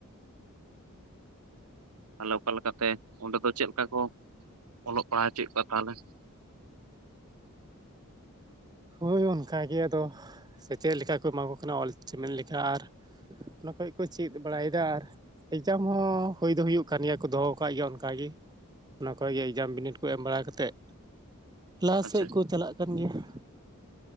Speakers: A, on the right; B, on the right.
A: ᱛᱟᱦᱚᱞᱮ ᱚᱠᱟᱞᱮ ᱛᱮ ᱚᱸᱰᱮ ᱫᱚ ᱪᱮᱫ ᱞᱮᱠᱟ ᱠᱚ ᱚᱞᱚᱜ ᱯᱟᱲᱦᱟᱣ ᱦᱚᱪᱚᱭᱮᱫ ᱠᱚᱣᱟ ᱛᱟᱦᱚᱞᱮ᱾
B: ᱦᱳᱭ ᱚᱱᱠᱟ ᱜᱮ ᱟᱫᱚ ᱥᱮᱪᱮᱫ ᱞᱮᱠᱟ ᱠᱚ ᱮᱢᱟ ᱠᱚ ᱠᱟᱱᱟ ᱚᱞ ᱪᱮᱢᱮᱫ ᱞᱮᱠᱟ ᱟᱨ ᱚᱱᱟ ᱠᱷᱚᱡ ᱠᱚ ᱪᱮᱫ ᱵᱟᱲᱟᱭᱫᱟ ᱟᱨ ᱮᱠᱡᱟᱢ ᱦᱚᱸ ᱦᱩᱭ ᱫᱚ ᱦᱩᱭᱩᱜ ᱠᱟᱱ ᱜᱮᱭᱟ ᱠᱚ ᱫᱚᱦᱚ ᱠᱟᱜ ᱜᱮᱭᱟ ᱚᱱᱠᱟ ᱜᱮ ᱚᱱᱟ ᱠᱚᱡᱮ ᱮᱠᱡᱟᱢ ᱵᱤᱱᱤᱰ ᱠᱚ ᱮᱢ ᱵᱟᱲᱟ ᱠᱟᱛᱮᱜ ᱞᱟᱦᱟ
A: ᱟᱪᱪᱷᱟ
B: ᱥᱮᱜ
A: ᱟᱪᱪᱷᱟ
B: ᱠᱚ ᱪᱟᱞᱟᱜ ᱠᱟᱱ ᱜᱮᱭᱟ᱾